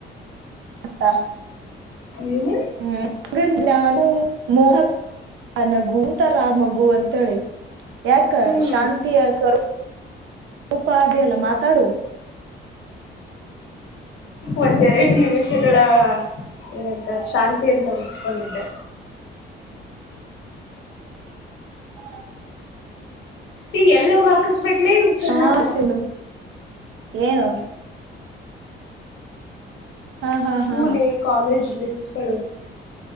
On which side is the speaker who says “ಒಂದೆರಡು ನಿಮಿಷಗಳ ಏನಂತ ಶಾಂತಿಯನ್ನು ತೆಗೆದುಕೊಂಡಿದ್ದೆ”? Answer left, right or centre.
Left